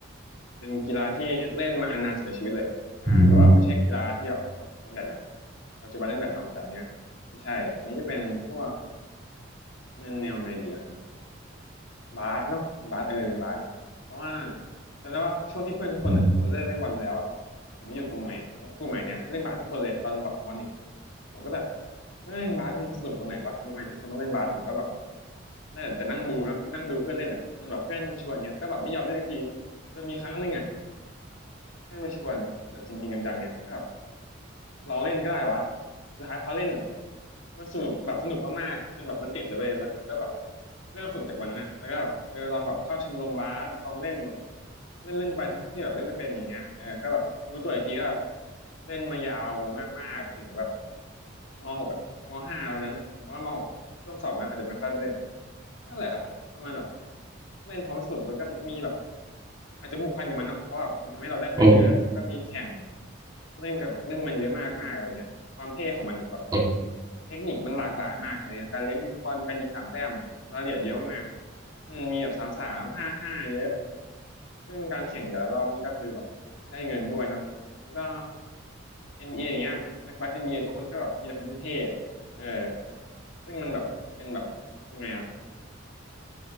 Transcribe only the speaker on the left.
เป็นกีฬาที่เล่นมานานสุดในชีวิตเลยอ่าแต่ว่าไม่ใช่กีฬาที่แบบเล่นแบดนะ
ปัจจุบันเล่นแบดเนาะแต่อันเนี้ยไม่ใช่อันนี้จะเป็นพวกเป็นแนวไงดีอะบาสเนาะเป็นบาสเออเป็นบาสเพราะว่าจำได้ว่าช่วงที่เพื่อนทุกคนอ่ะเขาเลิกเล่นบอลไปแล้วอ่ะ
ผมมาอยู่กลุ่มใหม่แล้วกลุ่มใหม่เนี้ยเล่นบาสทุกคนเลยตอนแบบมหนึ่งผมก็แบบเฮ้ยบาสมันสนุกตรงไหนวะทำไมทุกคนต้องเล่นบาสผมก็แบบได้แต่แต่นั่งดูเนาะนั่งดูเพื่อนเล่นอ่ะจนแบบเพื่อนมาชวนเงี้ยก็แบบไม่ยอมเล่นสักทีจนมีครั้งหนึ่งอ่ะเพื่อนมาชวนแบบจริงๆจังๆเงี้ยก็แบบ เราเล่นก็ได้วะ สุดท้ายพอเล่นอะมันสนุกแบบสนุกมากๆจนแบบมันติดเลยเว้ยแล้วก็แบบเริ่มฝึกจากวันนั้นอ่ะแล้วก็แบบเออลองแบบเข้าชมรมบาสลองเล่นแบบเล่นเล่นไปทั้งที่แบบเล่นไม่เป็นอย่างเงี้ยเออก็แบบรู้ตัวอีกทีก็เล่นมายาวมากๆถึงแบบมหกอ่ะมห้าวันนั้นเพราะว่ามหกช่วงสอบนะอาจจะไม่ค่อยได้เล่นนั่นแหละครับ ประมาณแบบเล่นเพราะมันสนุกแล้วก็มีมีแบบอาจจะผูกพันกับมันเนาะเพราะแบบมันทำให้เราได้เพื่อนเยอะแล้วก็มีแข่ง
เล่นกับเล่นมันเยอะมากมากอะไรเงี้ยความเท่ของมันอะแบบ
เทคนิคมันหลากหลายมากอะไรเงี้ยการเลี้ยงบอลการยิงสามแต้มรายละเอียดเยอะมากๆอืมมีแบบสามสามห้าห้าเยอะซึ่งการแข่งแต่ละรอบนี่ก็คือแบบได้เงินด้วยเนาะมันก็ NBA อนบีเออย่างเงี้ยนักบาส n เอทุกคนก็แบบมีแต่คนที่เท่ๆเออซึ่งมันแบบเป็นแบบยังไงอะ